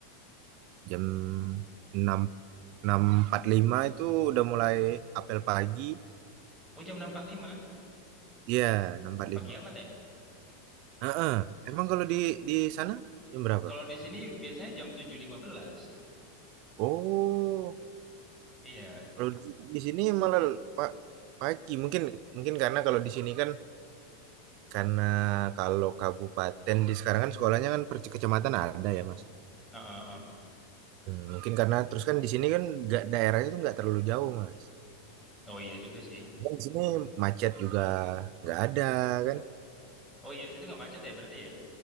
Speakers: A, on the right; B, in the centre.
A: jam enam enam empat puluh lima itu udah mulai apel pagi.
B: Oh jam enam empat puluh lima
A: Iya, enam empat puluh
B: pagi
A: lima.
B: amat ya?
A: Heeh. Emang kalau di di sana jam berapa?
B: Kalau di sini biasanya jam 7.15.
A: Oh,
B: Iya.
A: kalau di, di sini malah pak pagi. Mungkin mungkin karena kalau di sini kan karena kalau kabupaten di sekarang kan sekolahnya kan per kecamatan ada ya, Mas.
B: Ah, ah, ah.
A: Hmm, mungkin karena terus kan di sini kan nggak daerahnya tuh nggak terlalu jauh, Mas.
B: Oh iya juga sih.
A: Dan di sini macet juga nggak ada kan?
B: Oh iya di situ nggak macet ya berarti ya?